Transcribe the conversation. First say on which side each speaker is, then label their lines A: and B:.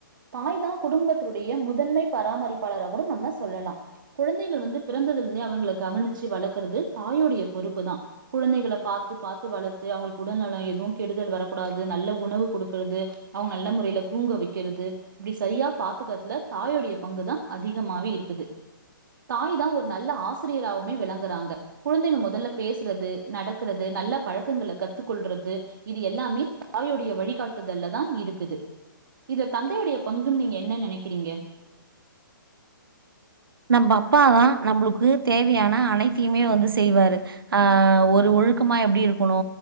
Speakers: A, on the right; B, on the right.
A: தாய் தான் குடும்பத்துடைய முதன்மை பராமரிப்பாளராக கூட நம்ம சொல்லலாம் குழந்தைகள் வந்து பிறந்ததிலிருந்தே அவர்களை கவனிச்சு வளர்க்கிறது தாய் தாயுடைய பொறுப்பு தான் குழந்தைகளை பார்த்து பார்த்து வளர்த்து அவங்களுக்கு உடல்நலம் எதுவும் கெடுதல் வரக்கூடாது நல்ல உணவு கொடுக்கிறது அவங்க நல்ல முறையில் தூங்க வைக்கிறது இப்படி சரியா பார்த்தக்கிறதுல தாய லுடைய பங்குதா அதிகமாவே இருக்குது தாய் தா ஒரு நல்ல ஆசிரியராவுமே விளங்கறாங்க குழந்தைங்க மொதல்ல பேசுறது நடக்குறது நல்ல பழக்கங்கள கத்துகொள்றது இது எல்லாமே தாயுடைய வழிகாட்டுதல்ல தா இருக்குது இதுல தந்தையுடைய பங்குன் நீங்க என்ன நெனைக்குறீங்க
B: நம்ப அப்பா தா நம்புளுக்கு தேவையான அனைத்தியுமே வந்து செய்வாரு ஆ ஆ ஒரு ஒழுக்கமா எப்டி இருக்கணு